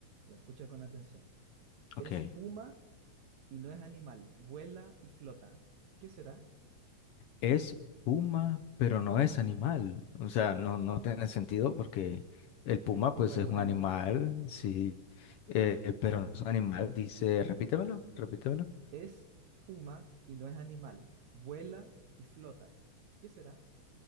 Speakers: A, on the right; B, on the left.
A: Ya, escucha con atención. Es
B: Ok.
A: puma y no es animal, vuela y flota. ¿Qué será?
B: Es puma, pero no es animal. O sea, no, no tiene sentido porque el
A: Porque
B: puma,
A: el puma
B: pues,
A: es
B: es
A: un
B: un
A: animal,
B: animal,
A: pues sí.
B: sí, eh, eh, pero no es un animal. Dice, repítemelo, repítemelo.
A: Es puma y no es animal, vuela y flota. ¿Qué será?